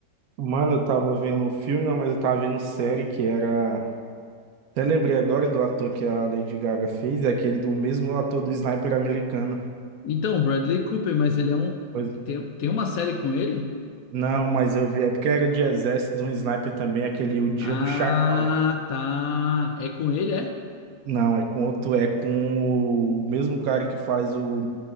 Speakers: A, on the right; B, on the left.
A: Mano, eu tava vendo um filme, não, mas eu tava vendo série que era. Até lembrei agora do ator que a Lady Gaga fez, é aquele do mesmo ator do Sniper americano.
B: Então, Bradley Cooper, mas ele é um.
A: Pois-
B: Tem, tem uma série com ele?
A: Não, mas eu vi, é porque era de exército de um sniper também, aquele O Dia
B: Ah,
A: do Chacal.
B: tá. É com ele, é?
A: Não, é com outro, é com o mesmo cara que faz o,